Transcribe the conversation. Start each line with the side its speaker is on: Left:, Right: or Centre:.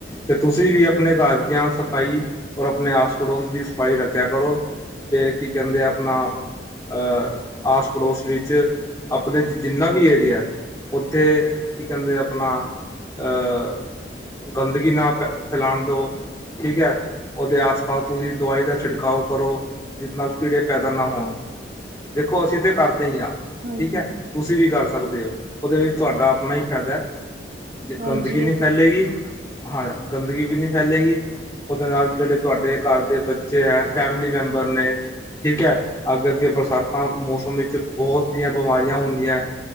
Left: ਤੇ ਤੁਸੀਂ ਵੀ ਆਪਣੇ ਘਰ ਦੀਆਂ ਸਫਾਈ ਔਰ ਆਪਣੇ ਆਸ- ਪੜੋਸ ਦੀ ਸਫਾਈ ਰੱਖਿਆ ਕਰੋ। ਤੇ ਕੀ ਕੈੰਦੇ ਆ ਆਪਣਾ ਅਹ ਆਸ-ਪੜੋਸ ਵਿੱਚ ਆਪਣੇ ਜਿੰਨਾ ਵੀ ਏਰੀਆ ਉੱਥੇ ਕੀ ਕੈੰਦੇ ਆਪਣਾ ਅ ਗੰਦਗੀ ਨਾ ਫੈਲਾਣ ਦੋ। ਠੀਕ ਹੈ ਉਹਦੇ ਆਸ-ਪਾਸ ਤੁਸੀਂ ਦਵਾਈ ਦਾ ਛਿੜਕਾਓ ਕਰੋ। ਜਿਸ ਨਾਲ ਕੀੜੇ ਪੈਦਾ ਨਾ ਹੋਣ ਦੇਖੋ ਅਸੀਂ ਤੇ ਕਰਦੇ ਆ
Right: ਹਾਂ ਹਾਂਜੀ
Left: ਠੀਕ
Right: ਹਾਂਜੀ
Left: ਐ ਤੁਸੀਂ ਵੀ ਕਰ ਸਕਦੇ ਓ ਓਦੇ ਵਿੱਚ ਤੁਹਾਡਾ ਆਪਣਾ ਹੀ ਫੈਦਾ
Right: ਹਾਂਜੀ
Left: ਗੰਦਗੀ ਨਹੀਂ
Right: ਇਹ ਤੇ
Left: ਫੈਲੇਗੀ ਹਾਂ ਗੰਦਗੀ ਵੀ ਨੀ ਫੈਲੇਗੀ। ਉਹਦੇ ਨਾਲ ਜਿਹੜੇ ਤੁਹਾਡੇ ਘਰ ਦੇ ਬੱਚੇ ਐ ਫੈਮਿਲੀ ਮੈਂਬਰ ਨੇ ਠੀਕ ਐ ਅੱਗੇ-ਅੱਗੇ ਬਰਸਾਤਾਂ ਮੌਸਮ ਵਿੱਚ ਬੋਤ ਦੀਆਂ ਬਿਮਾਰੀਆਂ ਹੁੰਦੀਐ